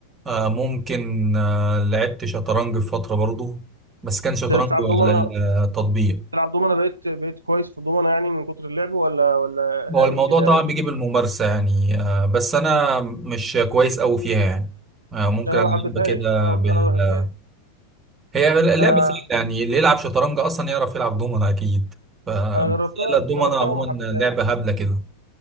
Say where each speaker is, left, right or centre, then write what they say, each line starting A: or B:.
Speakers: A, on the right (about 20°); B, on the right (about 80°).
A: آه، ممكن آه، لعبت شطرنج في فترة برضو بس كان شطرنج
B: بتلعب دومنة
A: على التطبيق
B: بتلعب دومنة بقيت بقيت كويس في الدومنة يعني من كتر اللعب ولا ولا
A: هو
B: هاوي
A: الموضوع
B: كده
A: طبعا
B: يعني
A: بيجي بالممارسة يعني آه، بس أنا مش كويس أوي فيها يعني آه، ممكن
B: أنا
A: ألعب
B: ما حبيتهاش
A: كده
B: أنا
A: بال
B: أنا ما بحبهاش
A: هي لعبة
B: أنا
A: سهلة يعني اللي يلعب شطرنج أصلا يعرف يلعب دومنا أكيد ف بس
B: انا جربتها
A: لا، الدومنا
B: جربتها
A: عموما
B: وما حبيتهاش
A: لعبة هبلة كده